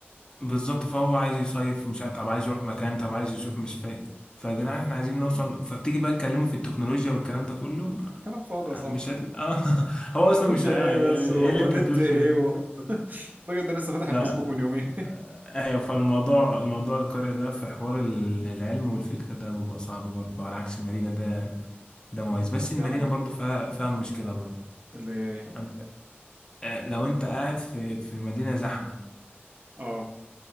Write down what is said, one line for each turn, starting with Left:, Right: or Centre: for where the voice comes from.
Left: بالظبط فهو عايز يصيف مش عارف طب عايز يروح مكان طب عايز يشوف مش فاهم فيا جدعان احنا عايزين نوصل
Right: مم.
Left: فبتيجي بقى تكلمه في التكنولوجيا والكلام ده كله
Right: كلام فاضي يا صاحبي
Left: مش هتل... <laughs> اه هو
Right: تكنولوجيا
Left: اصلا مش هي...
Right: ايه بس و-
Left: ايه اللي
Right: ونت
Left: انت هتقول في
Right: ايه و... <laughs> الراجل ده لسه فاتح
Left: ده
Right: الفيسبوك من يومين
Left: ايوه فالموضوع الموضوع القرية ده في حوار ال- العلم والفكر ده بيبقى صعب برضه على عكس المدينة ده ده
Right: <laughs>
Left: مميز بس المدينة
Right: ده حقيقة
Left: برضه فيها فيها مشكلة برضه
Right: اللي
Left: عن- آه، لو انت قاعد في في مدينة زحمة
Right: اه